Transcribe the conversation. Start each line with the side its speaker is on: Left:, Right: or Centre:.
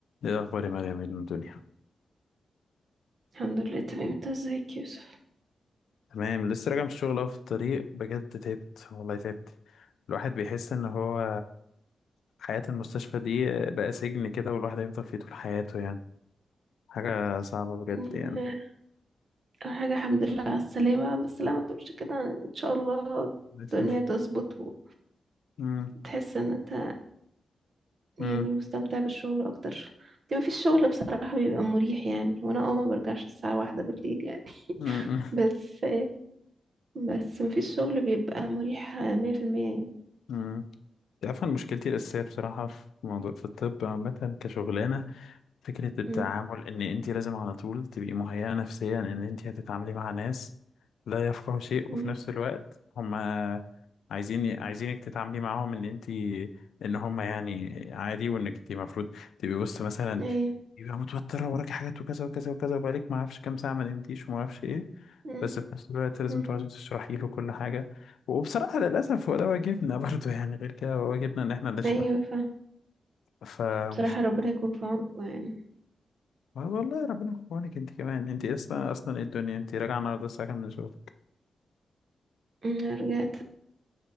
Left: ايه الاخبار يا مريم من الدنيا
Right: الحمد لله تمام انت ازيك يا يوسف
Left: تمام لسه راجع من الشغل اهو في الطريق بجد تعبت والله تعبت الواحد بيحس ان هو حياة المستشفى دي بقى سجن كده والواحد هيفضل فيه طول حياته يعني حاجة صعبة بجد
Right: يعني
Left: يعني
Right: آه، اول حاجه الحمد لله على السلامه بس لا ما تقولش كده يعني ان شاء الله
Left: <laughs>
Right: الدنيا تظبط و-
Left: امم
Right: وتحس ان انت يعني
Left: امم
Right: مستمتع بالشغل اكتر دي ما فيش شغل بصراحه بيبقى مريح يعني وانا اه ما برجعش الساعه واحدة بالليل يعني
Left: امم
Right: بس بس ما فيش شغل بيبقى مريح 100% يعني
Left: امم تعرف أنا مشكلتي الأساسية بصراحة في موضوع في الطب عامة كشغلانة فكرة التعامل
Right: مم.
Left: إن أنت لازم على طول تبقي مهيئة نفسيا إن أنت هتتعاملي مع ناس لا يفقهوا شيء
Right: مم.
Left: وفي نفس الوقت هما عايزين عايزينك تتعاملي معاهم إن أنت إن هما يعني عادي وإنك أنت المفروض تبقي وسط مثلا
Right: ايوه
Left: يبقى متوترة وراكي حاجات وكذا وكذا وكذا وبقالك ما أعرفش كام ساعة ما نمتيش وما أعرفش إيه
Right: مم.
Left: بس في نفس الوقت لازم
Right: مم.
Left: تقعدي تشرحي له كل حاجة وبصراحة للأسف هو ده واجبنا <laughs> برضه يعني غير كده هو واجبنا إن إحنا نشرح
Right: ايوه فاهم
Left: فمشكلة
Right: بصراحه ربنا يكون في عونكم يعني
Left: ما والله ربنا يكون في عونك انت كمان انت اصلا اصلا ايه الدنيا انت راجعه النهارده الساعه كام من الشغل
Right: مم. رجعت